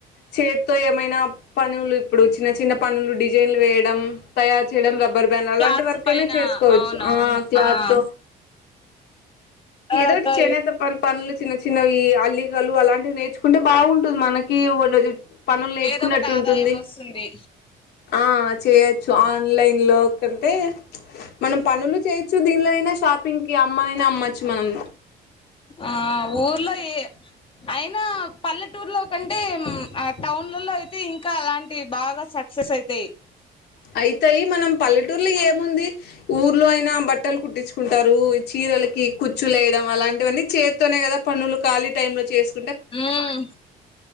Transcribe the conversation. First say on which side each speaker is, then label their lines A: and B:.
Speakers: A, on the left (about 75°); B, on the left (about 30°).
A: చేతితో ఏమైనా పనులు ఇప్పుడు చిన్న చిన్న పనులు డిజైన్లు వేయడం తయారు చేయడం
B: ఆ
A: రబ్బర్ బాండ్ అలాంటి
B: క్లాత్స్
A: వర్క్
B: పైన
A: అయినా చేసుకోవచ్చు
B: అవునవును
A: ఆ క్లాత్
B: ఆ రకారకా
A: ఏదోటి చేనేత పల్ పల్లు చిన్న చిన్నవి అల్లికలు అలాంటివి నేర్చుకుంటే బాగుంటుంది మనకి వో పనులు నేర్చుకున్నట్టు
B: ఏదో ఒకటి ఆదాయం
A: ఉంటుంది
B: వస్తుంది
A: ఆ చేయచ్చు ఆన్లైన్లో కంటే మనం పనులు చేయొచ్చు దీనిలోనైనా షాపింగ్ కి అమ్మనైనా అమ్మచ్చు మనం
B: ఆ ఊర్లో ఏ అయినా పల్లెటూర్లో కంటే మ్ అట్ టౌన్లలో అయితే ఇంకా అలాంటివి బాగా సక్సెస్ అయితయ్
A: అయితయ్ మనం పల్లెటూర్లో ఏముంది ఊ ఊళ్ళో అయినా బట్టలు కుట్టించుకుంటారు చీరలకి కుచ్చులు ఏయడం అలాంటివన్నీ చేత్తోనే కదా పనులు ఖాళీ టైం లో చేసు
B: మ్మ్